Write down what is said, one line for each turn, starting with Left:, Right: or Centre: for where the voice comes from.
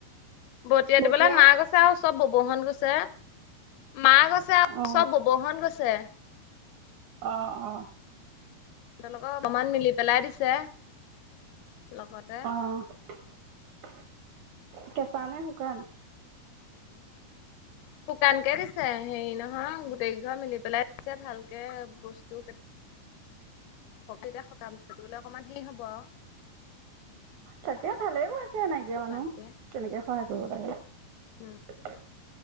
Left: বতিয়াই
Right: বতীয়া
Left: দিবলৈ মা গৈছে আৰু চ'ব ব'ব হত গৈছে। মা গৈছে আৰু
Right: অ
Left: চ'ব ব'ব হত গৈছে।
Right: আহ, আহ।
Left: <unintelligible> অকমান মিলি পেলাই দিছে। লগতে
Right: অ' কেঁচা নে শুকান।
Left: শুকানকে দিছে হেৰি নহয় গোটেইকেইঘৰ মিলি পেলাই দিছে ভালকে বস্তু তেতিয়া সকাম থ'লে অকমান হেৰি হ'ব আৰু
Right: তাকে ভালে গৈছে। নাইকিয়া
Left: শুকানকে
Right: মানুহ তেনেকে সহায় কৰিব লাগে।
Left: উম